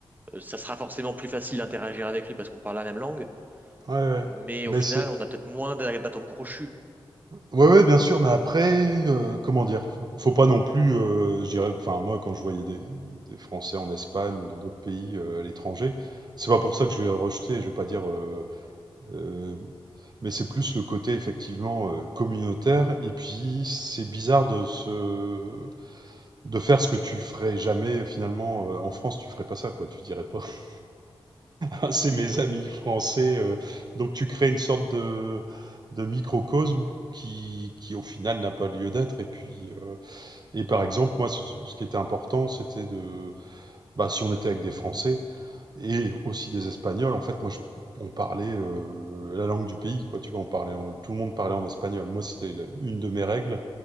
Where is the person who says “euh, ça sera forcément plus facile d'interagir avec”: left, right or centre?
Right